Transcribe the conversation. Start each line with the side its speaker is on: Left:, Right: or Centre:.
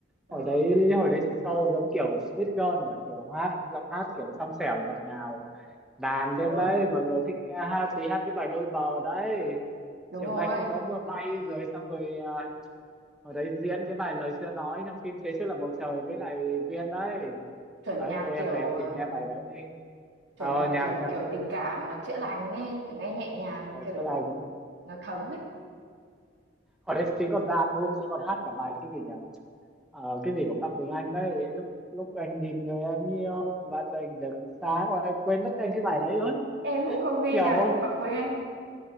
Right: Ừ,
Centre: hồi đấy hồi đấy chị sâu giống kiểu Sweet Girl nhỉ kiểu hát giọng hát kiểu trong trẻo ngọt ngào đàn
Right: thôi,
Centre: điếc đấy mọi người thích nghe hát thì hát cái bài đôi bờ đấy
Right: đúng
Centre: chiều
Right: rồi.
Centre: nay không có mưa bay rồi xong rồi à, hồi đấy diễn cái bài lời chưa nói trong phim phía trước là bầu trời với lại Duyên đấy
Right: Chuẩn
Centre: đấy
Right: nhạc
Centre: ôi
Right: kiểu,
Centre: em về em tìm
Right: ờ,
Centre: nghe bài đấy đi
Right: chuẩn
Centre: ờ
Right: nhạc
Centre: nhạc
Right: kiểu
Centre: nhạc
Right: kiểu tình cảm mà chữa lành nghe, kiểu nghe nhẹ nhàng,
Centre: ờ,
Right: kiểu
Centre: chữa lành
Right: nó thấm ấy.
Centre: hồi đấy chị còn ra album chị còn hát cả bài cái gì nhỉ ờ, cái gì của Phạm Quỳnh Anh đấy lúc lúc anh nhìn người anh yêu và anh rực sáng Ôi, anh quên mất tên cái bài đấy rồi
Right: em cũng không nghe
Centre: kiểu
Right: nhạc của Phạm Quỳnh Anh